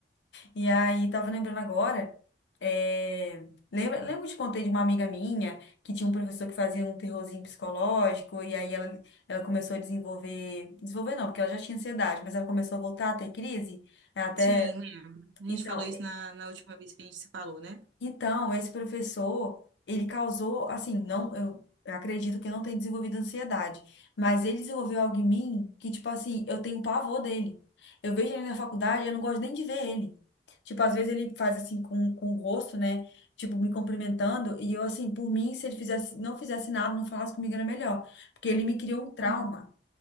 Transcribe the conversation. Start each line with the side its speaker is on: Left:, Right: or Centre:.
Left: E aí, tava lembrando agora, é, lembra, lembra que eu te contei de uma amiga minha que tinha um professor que fazia um terrorzinho psicológico, e aí ela, ela começou a desenvolver, desenvolver não, porque ela já tinha ansiedade, mas ela começou a voltar a ter crise, ela até,
Right: Sim, lembro. A
Left: então,
Right: gente falou isso na, na última vez que a gente se falou, né?
Left: então, esse professor, ele causou, assim, não, eu, eu acredito que eu não tenha desenvolvido ansiedade, mas ele desenvolveu algo em mim que, tipo assim, eu tenho pavor dele. Eu vejo ele na faculdade, eu não gosto nem de ver ele. Tipo, às vezes ele faz assim com, com o rosto, né? Tipo, me cumprimentando, e eu, assim, por mim, se ele fizesse, não fizesse nada, não falasse comigo, era melhor. Porque ele me criou um trauma.
Right: <laughs>